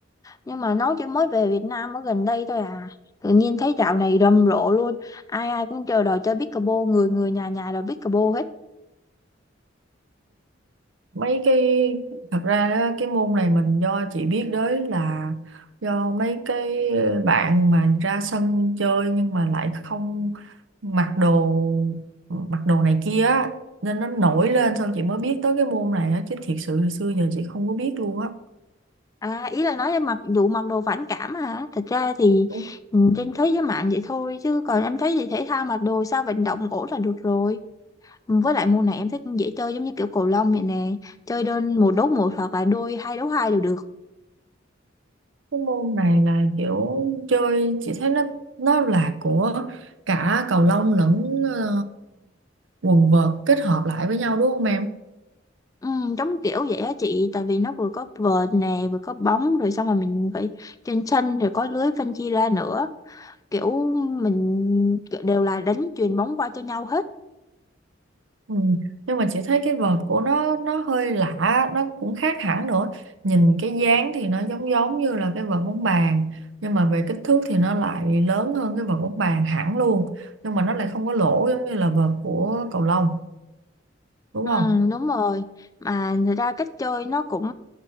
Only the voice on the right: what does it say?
mấy cái thật ra á, cái môn này mình do chị biết đến là do mấy cái bạn mà ra sân chơi nhưng mà lại không mặc đồ mặc đồ này kia á, nên nó nổi lên xong chị mới biết tới cái môn này á chứ thiệt sự hồi xưa giờ chị không có biết luôn á
Đúng.
cái môn này là kiểu chơi chị thấy nó nó là của cả cầu lông lẫn ờ, quần vợt kết hợp lại với nhau đúng không em
Ừ. Nhưng mà chị thấy cái vợt của nó nó hơi lạ nó cũng khác hẳn nữa nhìn cái dáng thì nó giống giống như là cái vợt bóng bàn nhưng mà về kích thước thì nó lại lớn hơn cái vợt bóng bàn hẳn luôn nhưng mà nó lại không có lỗ giống như là vợt của cầu lông đúng
không